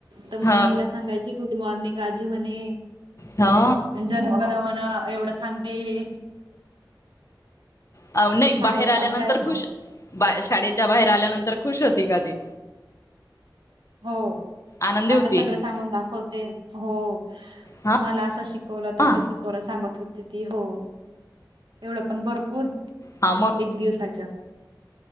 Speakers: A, on the right; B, on the left.
A: तर मम्मीला
B: हा
A: सांगायची गुड मॉर्निंग आजी म्हणे
B: हा
A: जन्म एवढ सांगते.
B: अ नाही
A: सांगत
B: बाहेर आल्यानंतर
A: होती काय
B: खुश बा शाळेच्या बाहेर आल्यानंतर खुश होती का ती.
A: हो
B: आनंदी
A: आता
B: होती
A: सगळं सांगून दाखवते हो.
B: हा
A: मला असं शिकवलं तसं
B: हा
A: शिकवलं सांगत होते ती हो. एवढं पण भरपूर
B: हा मग
A: एक दिवसाच